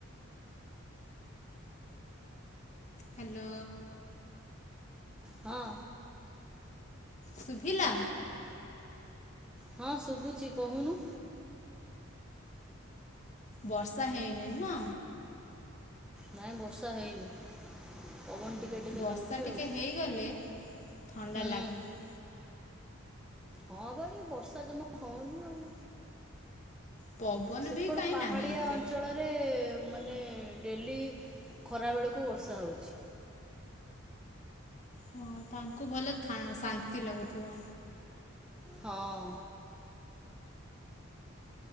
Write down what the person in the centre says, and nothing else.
ହଁ।
ହଁ ଶୁଭୁଚି କହୁନୁ।
ନାଇଁ ବର୍ଷା ହେଇନି। ପବନ ଟିକେ ଟିକେ
ଦେଉଛି
ଆଉ
ହୁଁ
ହଁ ଭାଇ ବର୍ଷା ଜମା ହନି ଆ <inaudible>
ସେପଟ
ପାହାଡିଆ
ଅଞ୍ଚଳରେ <inaudible> ମାନେ ଡେଲି ଖରାବେଳକୁ ବର୍ଷା ହେଉଛି।
ହଁ